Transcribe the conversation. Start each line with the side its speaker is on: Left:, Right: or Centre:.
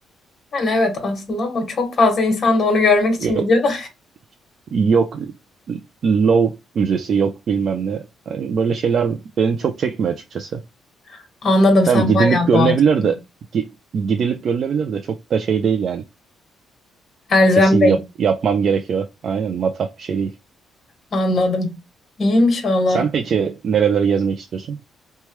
Left: Yani evet aslında ama çok fazla insan da onu görmek için
Right: Yok
Left: gidiyor da.
Right: yok Louvre Müzesi yok bilmem ne. Yani böyle şeyler beni çok çekmiyor açıkçası.
Left: <laughs> Anladım
Right: Tamam
Left: sen
Right: gidilip
Left: bayağı
Right: görülebilir
Left: doğacısın.
Right: de gi- gidilip görülebilir de çok da şey değil yani.
Left: Elzem
Right: Kesin yap, yapmam gerekiyor. Aynen matah bir şey değil.
Left: Anladım. İyiymiş valla.
Right: Sen peki nereleri gezmek istiyorsun?